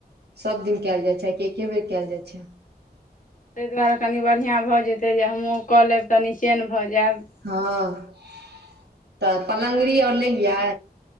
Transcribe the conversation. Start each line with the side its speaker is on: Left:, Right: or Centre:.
Right: सब दिन कयल जाइ छै कि एके बेर कयल जाइ छै
Left: ताहि दुआरे कनि बढ़िया भ जेतै जे हमहूँ क लेब त नीसचेन भ जायब
Right: हँ त पलंगड़ी ओर लेलियै